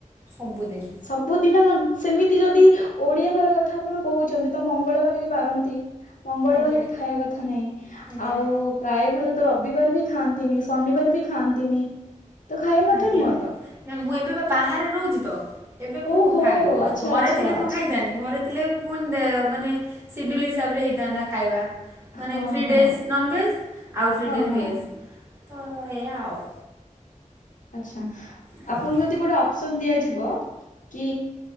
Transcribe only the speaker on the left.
ସବୁଦିନ ନନ୍ ସେମିତି ଯଦି ଓଡିଆ ଘର କଥା ଆପଣ କହୁଛନ୍ତି ତ ମଙ୍ଗଳବାର ବି ବାରନ୍ତି। ମଙ୍ଗଳବାରେ
ବି ଖାଇବା କଥା ନାଇଁ
ଆଉ ପ୍ରାୟ ଘରେ ତ ରବିବାର ବି ଖାଆନ୍ତିନି ଶନିବାର ବି ଖାଆନ୍ତିନି। ତ ଖାଇବା
କଥା ନୁହଁ ତ
ଓହୋ
ଆଚ୍ଛା
ଆଚ୍ଛା
ଆଚ୍ଛା
ହଁ
ହଁ
ହଁ
ହଁ
ଆଛା ଆପଣଙ୍କୁ
ଯଦି ଗୋଟେ ଅପସନ୍ ଦିଆଯିବ। କି